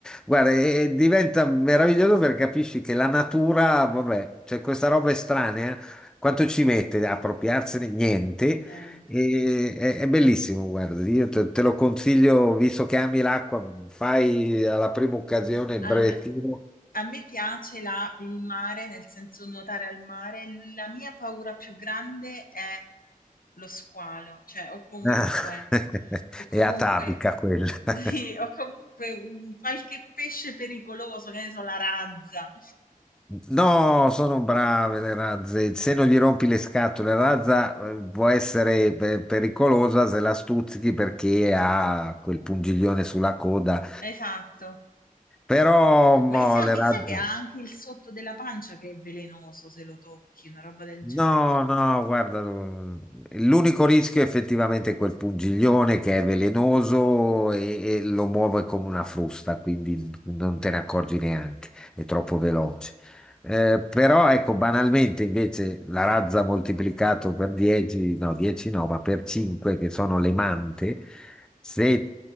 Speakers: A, in the centre; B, on the left.
A: Guarda, e- e diventa meraviglioso perché capisci che la natura, vabbè, c'è questa roba estranea, quanto ci mette a appropriarsene? Niente.
B: Niente.
A: E- è, è bellissimo, guarda, io te, te lo consiglio, visto che ami l'acqua, fai alla prima occasione il
B: Allora,
A: brevettino.
B: a me piace la il mare, nel senso nuotare al mare. La mia paura più grande è lo squalo, cioè o comunque
A: Ah, <laughs>
B: o comunque
A: è atavica quella. <laughs>
B: <laughs> sì, o comunque un qualche pesce pericoloso, che ne so, la razza.
A: No, sono brave le razze. Se non gli rompi le scatole, la razza eh, può essere eh, pericolosa se la stuzzichi perché ha quel pungiglione sulla coda.
B: Esatto.
A: Però
B: Ma
A: mo,
B: i sa
A: le
B: mi
A: razze.
B: sa che ha anche il sotto della pancia che è velenoso se lo tocchi, una roba del genere.
A: No, no, guarda, l'unico rischio è effettivamente quel pungiglione che è velenoso e, e lo muove come una frusta, quindi non te ne accorgi neanche, è troppo veloce. Eh, però ecco, banalmente invece la razza moltiplicato per 10, no, 10 no, ma per 5 che sono le mante, se